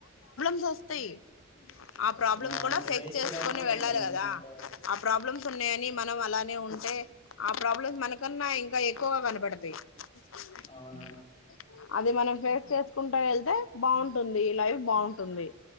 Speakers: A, on the left; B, on the left.
A: ఇసస్తయి ఆ
B: వచ్చిన
A: ప్రాబ్లమ్
B: వాటిని
A: కూడా ఫేక్
B: ఫేస్
A: చేసుకుని
B: చేయడానికి కొంతమంది
A: వెళ్ళాలి కదా
B: ఉంటారు
A: ఆ ప్రాబ్లమ్స్ ఉన్నయని ఇ మనం అలానే ఉంటే ఆ ప్రాబ్లమ్స్ మనకన్నా ఇంకా ఎక్కువగా కనపడతాయి ఊ
B: అవును
A: అది మనం ఫేస్ చేస్ కుంటా వెళ్తే బాగుంటుంది లైఫ్ బాగుంటుంది